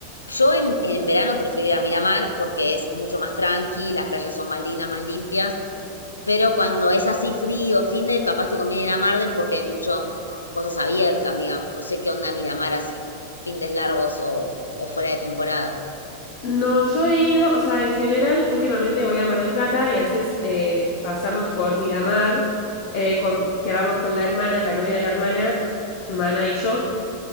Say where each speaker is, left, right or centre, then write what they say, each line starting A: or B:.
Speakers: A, on the left; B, on the left.
A: yo en, en verano prefiero ir a Miramar porque es mucho más tranqui, las playas son más lindas, más limpias, pero cuando es así frío, fin de, capaz te conviene ir a Mar del porque hay muchas cosas abiertas, digamos. No sé qué onda Miramar así, fines largos o, o fuera de temporada.
B: No, yo he ido, o sea, en general, últimamente voy a Mar del Plata y a veces eh, pasamos por Miramar, eh, con- que vamos con la hermana, la novia de la hermana, Mana y yo.